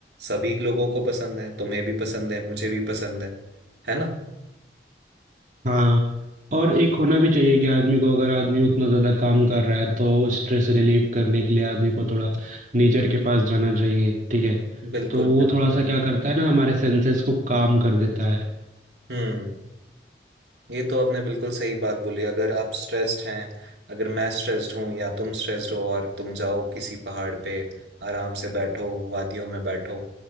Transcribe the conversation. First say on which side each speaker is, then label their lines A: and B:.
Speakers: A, on the right; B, on the right.
A: सभी लोगों को पसंद है तुम्हें भी पसंद है मुझे भी पसंद है है ना
B: हाँ और एक होना भी चाहिए कि आदमी को अगर आदमी उतना ज़्यादा काम कर रहा है तो स्ट्रेस रिलीव करने के लिए आदमी को थोड़ा नेचर के पास जाना चाहिए ठीक है
A: बिल्कुल
B: तो वो
A: बिल्कुल
B: थोड़ा सा क्या करता है ना हमारे सेंसेस को काम कर देता है
A: हम्म ये तो आपने बिल्कुल सही बात बोली अगर आप स्ट्रेस्ड हैं अगर मैं स्ट्रेस्ड हूँ या तुम स्ट्रेस्ड हो और तुम जाओ किसी पहाड़ पे आराम से बैठो वादियों में बैठो